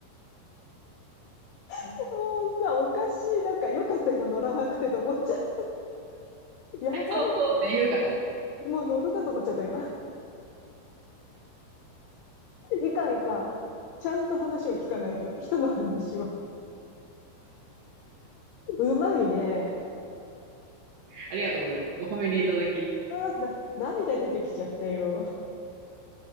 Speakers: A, on the left (about 85°); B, on the right (about 75°).
A: もうさ、おかしい。なんかよかった今乗らなくてと思っちゃって。やばいやばい。
B: そうそうって言うかと思った。
A: もう乗るかと思っちゃった今。いかんいかん。ちゃんと話を聞かないと。人の話は。うまいね。
B: ありがとうございます。お褒めにいただき。
A: あ、な、涙出てきちゃったよ。